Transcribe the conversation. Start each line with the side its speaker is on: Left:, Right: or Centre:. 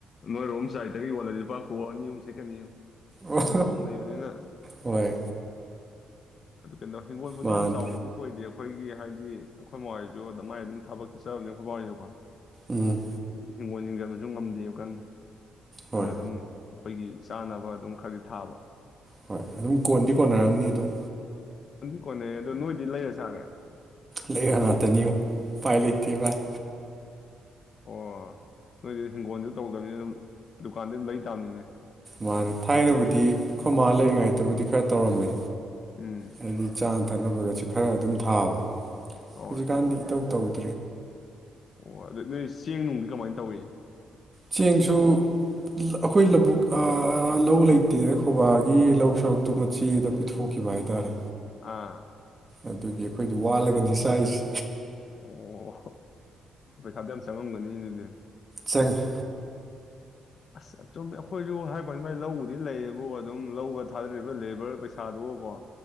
Left: ꯅꯣꯏꯔꯣꯝ ꯁꯥꯏꯠꯇꯒ ꯌꯣꯜꯂꯗꯤ ꯂꯨꯄꯥ ꯀ꯭ꯔꯣꯔ ꯑꯅꯤ ꯑꯍꯨꯝ ꯁꯤꯠꯀꯅꯤ
Right: ꯑꯣ
Left: ꯂꯝ ꯆꯥꯎꯅ ꯂꯩꯕꯅꯤꯅ
Right: ꯍꯣꯏ
Left: ꯑꯗꯨ ꯀꯩꯅꯣ ꯍꯤꯡꯒꯣꯜꯕꯨꯗꯤ
Right: ꯃꯥꯅꯤ
Left: ꯌꯥꯝ ꯆꯥꯎꯅꯕꯨꯗꯤ ꯀꯣꯏꯗꯦ ꯑꯩꯈꯣꯏꯒꯤ ꯍꯥꯏꯗꯤ ꯑꯩꯈꯣꯏ ꯃꯥꯍꯣꯏꯁꯨ ꯃꯥꯏ ꯑꯗꯨꯝ ꯊꯕꯛ ꯆꯠꯆꯕꯅꯤ ꯍꯣꯏꯕ
Right: ꯎꯝ
Left: ꯍꯤꯡꯒꯣꯜ ꯌꯦꯡꯁꯤꯟꯕꯁꯨ ꯉꯝꯗꯦꯕ ꯀꯟꯅ ꯑꯗꯨꯅ
Right: ꯍꯣꯏ
Left: ꯑꯗꯨꯝ ꯑꯩꯈꯣꯏꯒꯤ ꯆꯥꯅꯕ ꯑꯗꯨꯝ ꯈꯔꯗꯤ ꯊꯥꯕ
Right: ꯍꯣꯏ ꯑꯗꯨꯝ ꯀꯣꯟꯗꯤ ꯀꯣꯟꯅꯔꯝꯅꯤ ꯑꯗꯨꯝ
Left: ꯀꯣꯅꯩ ꯑꯗꯣ ꯅꯣꯏꯗꯤ ꯂꯩꯔ ꯆꯥꯔꯦ
Right: ꯂꯩꯔ ꯉꯇꯅꯤꯉꯣ ꯎꯄꯥꯏ ꯂꯩꯇꯦ ꯚꯥꯏ
Left: ꯑꯣ ꯅꯣꯏꯗꯤ ꯍꯤꯡꯒꯣꯜꯁꯨ ꯇꯧꯗꯕꯅꯤꯅ ꯑꯗꯨꯝ ꯗꯨꯀꯥꯟꯗꯩꯩ ꯑꯗꯨꯝ ꯂꯩꯩ ꯇꯥꯕꯅꯤꯅꯦ
Right: ꯃꯥꯅꯤ ꯊꯥꯏꯅꯕꯨꯗꯤ ꯈꯣꯏꯃꯥ ꯂꯩꯔꯤꯉꯩꯗꯕꯨꯗꯤ ꯈꯔ ꯇꯧꯔꯝꯃꯦ
Left: ꯎꯝ
Right: ꯍꯥꯏꯗꯤ ꯆꯥꯅꯕ ꯊꯛꯅꯕꯒꯁꯦ ꯈꯔ ꯑꯗꯨꯝ ꯊꯥꯕ
Left: ꯍꯣꯏ
Right: ꯍꯧꯖꯤꯛꯀꯥꯟꯗꯤ ꯏꯇꯧ ꯇꯧꯗꯦ
Left: ꯑꯣ ꯑꯗꯨꯗꯤ ꯅꯣꯏ ꯆꯦꯡ ꯅꯨꯡꯗꯤ ꯀꯃꯥꯏꯅ ꯇꯧꯏ
Right: ꯆꯦꯡꯁꯨ ꯑꯩꯈꯣꯏ ꯂꯧꯕꯨꯛ ꯂꯧ ꯂꯩꯇꯦ ꯈꯣꯏꯕꯥꯒꯤ ꯂꯧ ꯁꯔꯨꯛꯇꯣ ꯃꯆꯦꯗ ꯄꯤꯊꯣꯛꯈꯤꯕ ꯀꯤꯕꯥ ꯍꯥꯏꯇꯥꯔꯦ
Left: ꯑ
Right: ꯑꯗꯨꯒꯤ ꯑꯩꯈꯣꯏꯗꯤ ꯋꯥꯜꯂꯒꯅꯤ ꯆꯥꯏꯁꯦ
Left: ꯑꯣ ꯄꯩꯁꯥꯗꯤ ꯌꯥꯝ ꯆꯪꯉꯝꯒꯅꯤꯅꯦ ꯑꯗꯨꯗꯤ
Right: ꯆꯪꯏ
Left: ꯑꯁ ꯆꯨꯝꯃꯤ ꯑꯩꯈꯣꯏꯁꯨ ꯍꯥꯏꯕꯩꯋꯥꯅꯤ ꯃꯥꯏ ꯂꯧꯕꯨꯗꯤ ꯂꯩꯌꯦꯕꯨ ꯑꯗꯨꯝ ꯂꯧꯒ ꯊꯥꯗꯔꯤꯕ ꯂꯦꯕꯔ ꯄꯩꯁꯥꯗꯨ ꯕꯣ ꯀꯣ